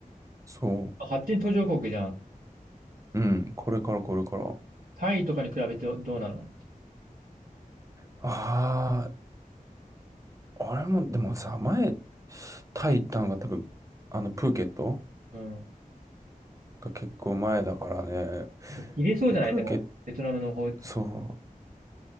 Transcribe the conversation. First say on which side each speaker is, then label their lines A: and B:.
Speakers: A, on the right; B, on the right.
A: そ
B: 発展途上国じゃん。
A: う。うん、これからこれから。
B: タイとかに比べてどどうなの
A: ああ、俺も、でもさ、前、タイ行ったのが多分、
B: え
A: あの、プーケット
B: うん。
A: が結構前だからね。
B: なんか切れそうじゃないでも、
A: で、プーケット、
B: ベトナムの方が、
A: そう。